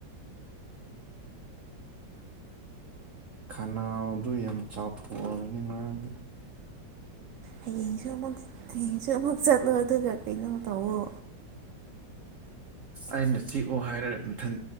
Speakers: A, on the right (about 60°); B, on the right (about 80°).
A: ꯈꯅꯥꯎꯗꯨ ꯌꯥꯝ ꯆꯥꯎꯊꯣꯛꯑꯕꯅꯤ ꯉꯔꯥꯡꯗꯤ
B: ꯍꯌꯦꯡꯁꯨ ꯑꯃꯨꯛ ꯍꯌꯦꯡꯁꯨ ꯑꯃꯨꯛ ꯆꯠꯂꯣ ꯑꯗꯨꯒ ꯀꯩꯅꯣ ꯇꯧꯋꯣ
A: ꯑꯩꯅ ꯆꯤꯛꯎ ꯍꯥꯏꯔ ꯃꯊꯟ